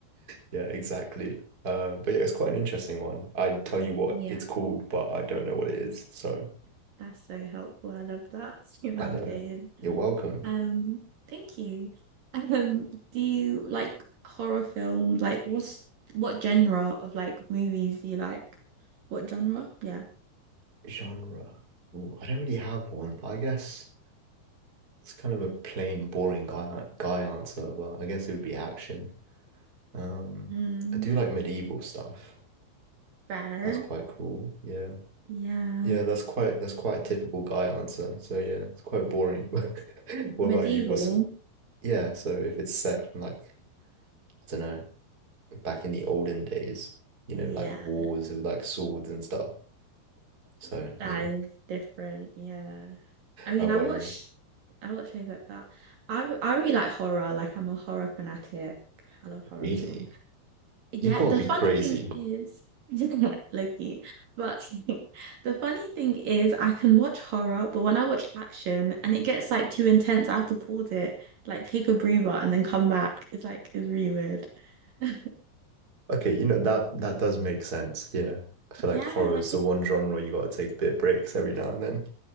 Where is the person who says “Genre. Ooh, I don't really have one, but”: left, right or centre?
Right